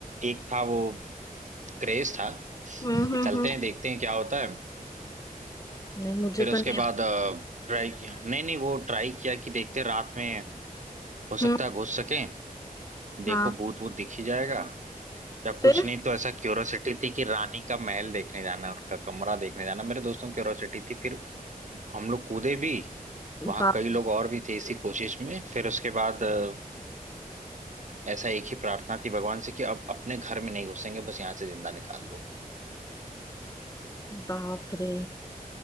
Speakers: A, on the right; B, on the left.
A: एक था वो क्रेज था
B: हम्म
A: कि
B: हम्म
A: चलते
B: हम्म
A: हैं देखते हैं क्या होता है
B: नहीं मुझे
A: फिर उसके
B: तो नहीं है
A: बाद ट्राई किया नहीं नहीं वो ट्राई किया कि देखते हैं रात में हो सकता
B: हम्म
A: है घुस सके देखो
B: हाँ
A: भूत भूत दिख ही जाएगा या
B: फिर
A: कुछ नहीं तो ऐसा क्यूरोसिटी थी कि रानी का महल देखने जाना है, उनका कमरा देखने जाना मेरे दोस्तों की क्यूरोसिटी थी फिर हम लोग कूदे भी वहां
B: बाप
A: कई लोग
B: रे
A: और भी थे इसी कोशिश में फिर उसके बाद अ, ऐसा एक ही प्रार्थना थी भगवान से कि अब अपने घर में नहीं घुसेंगे बस यहाँ से जिंदा निकाल दो
B: बाप रे